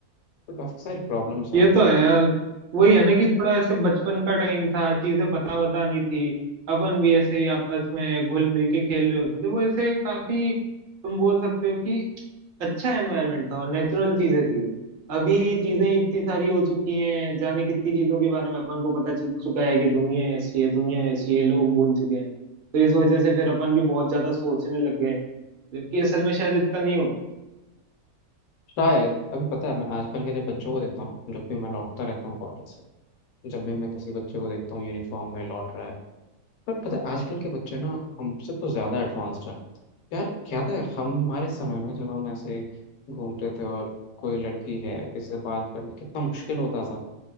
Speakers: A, on the left (about 75°); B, on the right (about 60°).
A: तो काफ़ी सारी प्रॉब्लम्स हैं
B: ये तो है यार वही है ना कि थोड़ा ऐसे बचपन का टाइम था चीजें पता वता नहीं थी अपन भी ऐसे ही आपस में घुल मिल के खेल रहे होते थे वो ऐसे काफी तुम बोल सकते हो कि अच्छा एनवायरनमेंट था और नेचुरल चीजें थी वो अभी चीजें इतनी सारी हो चुकी हैं जाने कितनी चीजों के बारे में अपन को पता चल चुका है कि दुनिया ऐसी है दुनिया ऐसी है लोग बोल चुके हैं तो इस वजह से फिर अपन भी बहुत ज्यादा सोचने लग गए हैं जबकि असल में शायद इतना नहीं होता
A: शायद अभी पता है मैं आजकल के जब बच्चों को देखता हूँ जब भी मैं लौटता रहता हूँ कॉलेज से जब भी मैं किसी बच्चे को देखता हूँ यूनिफॉर्म में लौट रहा है पर पता है आजकल के बच्चे ना हमसे तो ज़्यादा एडवांस्ड हैं यार क्या था हमारे समय में जब हम ऐसे घूमते थे और कोई लड़की है किसी से बात करना कितना मुश्किल होता था